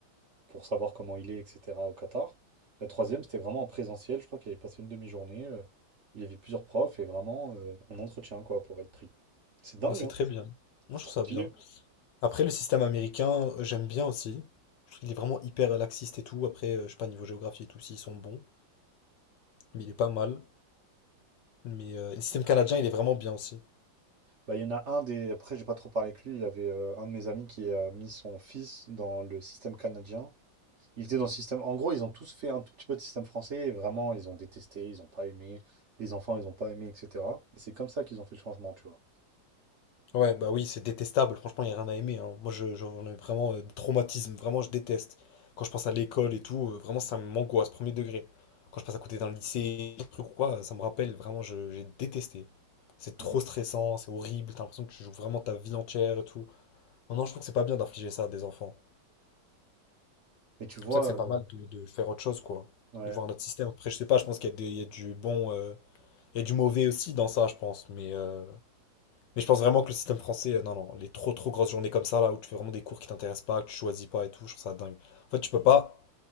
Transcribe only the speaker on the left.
Moi, c'est
très bien. Moi,
je
trouve ça
bien. Après, le système américain, euh, j'aime bien aussi. Je trouve qu'il est vraiment hyper laxiste et tout. Après, euh, je sais pas, niveau géographie et tout, s'ils sont bons. Mais il est pas mal. Mais euh, le système canadien, il est vraiment bien aussi.
Ouais, bah oui, c'est détestable. Franchement, il n'y a rien à aimer. hein. Moi, je, j'en ai vraiment euh, des traumatismes. Vraiment, je déteste. Quand je pense à l'école et tout, euh, vraiment, ça m'angoisse, premier degré. Quand je passe à côté d'un lycée, un truc ou quoi, ça me rappelle. Vraiment, je- j'ai détesté. C'est
trop
stressant, c'est horrible. T'as l'impression que tu joues vraiment ta vie entière et tout. Non, non, je trouve que c'est pas bien d'infliger ça à des enfants.
C'est
pour ça que c'est pas
mal de, de faire autre chose, quoi.
De voir notre système. Après, je sais pas, je pense qu'il y a des- il y a du bon. euh, Il y a du mauvais aussi dans ça, je pense. Mais euh, Mais je pense vraiment que le système français, euh, non, non, les trop trop grosses journées comme ça, là, où tu fais vraiment des cours qui t'intéressent pas, que tu choisis pas et tout, je trouve ça dingue. En fait, tu peux pas